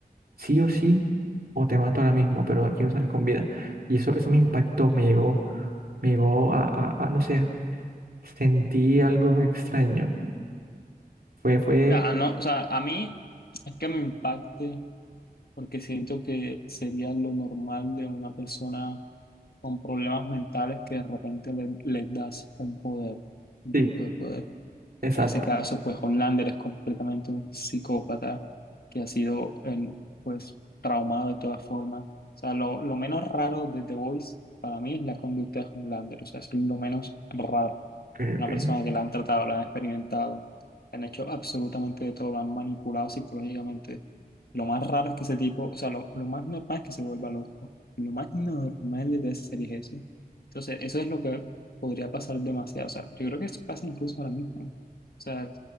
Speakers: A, on the right; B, on the left.
A: sí o sí, o te mato ahora mismo, pero de aquí no sales con vida. Y eso, eso me impactó, me llegó, me llegó a, a- a, no sé, Sentí algo extraño. Fue, fue,
B: O sea, no, o sea, a mí es que me impacte porque siento que sería lo normal de una persona con problemas mentales que de repente le- les das un poder, un
A: sí,
B: tipo de poder.
A: exacto.
B: En ese caso, pues Homelander es completamente un psicópata que ha sido, en pues, traumado de todas formas. O sea, lo, lo menos raro de The Voice para mí es la conducta de Homelander. O sea, es lo menos raro
A: Ok, ok.
B: una persona que la han tratado, la han experimentado, la han hecho absolutamente de todo, la han manipulado psicológicamente. Lo más raro es que ese tipo, o sea, lo, lo más normal es que se vuelva loco. Lo más normal de esa serie es eso. Entonces, eso es lo que podría pasar demasiado. O sea, yo creo que eso pasa incluso ahora mismo. ¿no? O sea,